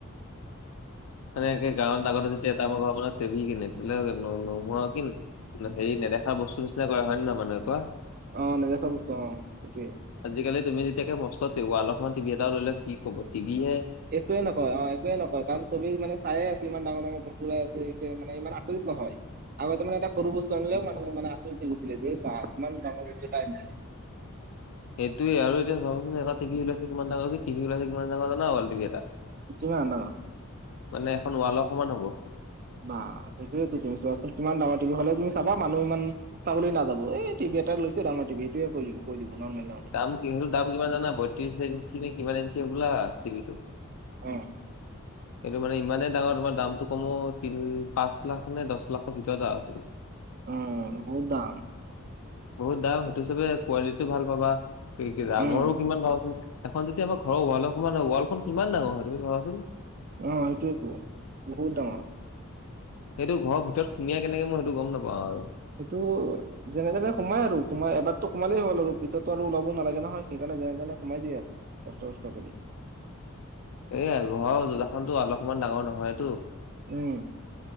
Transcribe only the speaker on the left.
মানে একে গাঁৱত আগতে যেতিয়া এটা আমাৰ ঘৰৰ কাৰনে টিভি কিনে <unintelligible> নোহোৱা কিন এইবিলাক হেৰি নেদেখা বস্তু নিচিনা কৰা হয় নে নহয় মানুহে কোৱা?
আজিকালি তুমি যেতিয়াকে মষ্ট তে ৱাল সমান টি বি এটা ললে কি ক'ব? টিবিহে।
সেইটোয়ে আৰু এতিয়া ভাবাচোন এটা টিভি ওলাইছে কিমান ডাঙৰ কি টিভি ওলাইছে কিমান <unintelligible> ৱাল টিভি এটা।
মানে এখন ৱালৰ সমান হ'ব।
দাম কি সেইটো দাম কিমান জানা বত্ৰিশ ইঞ্চি নে কিমান ইঞ্চি হ'বলা টিভিটো
সেইটো মানে ইমানেই ডাঙৰ তোমাৰ দামটো কমো তিন - পাঁচ লাখ নে দছ লাখৰ ভিতৰত আৰু
বহুত দাম সেইটো হিচাবে কোৱালিটিও ভাল পাবা <unintelligible>
এখন যদি আমাৰ ঘৰৰ ৱালৰ সমান হয় ৱালখন কিমান ডাঙৰ হয় তুমি ভাবাচোন?
সেইটো ঘৰৰ ভিতৰত সুমিয়াই কেনেক মই সেইটো গম নাপাওঁ আৰু।
এইয়া ঘৰৰ যুজাখনটো <unintelligible> সমান ডাঙৰ নহয়টো।